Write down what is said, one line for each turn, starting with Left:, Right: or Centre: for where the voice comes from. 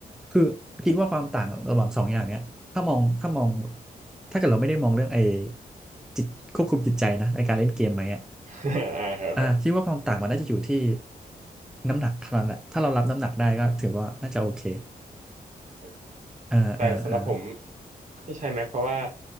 Centre: คือคิดว่าความต่างระหว่างสองอย่างเนี้ยถ้ามองถ้ามองถ้าเกิดเราไม่ได้มองเรื่องไอ้จิตควบคุมจิตใจนะในการเล่นเกมไหมอ่ะ
Right: <laughs> อ่าครับ
Centre: อ่าคิดว่าความต่างมันน่าจะอยู่ที่น้ำหนักเท่านั้นแหละถ้าเรารับน้ำหนักได้ก็ถือว่าน่าจะโอเค
Right: ครับ
Centre: เออเออเออ
Right: แต่สำหรับผมที่ใช้ Mac เพราะว่า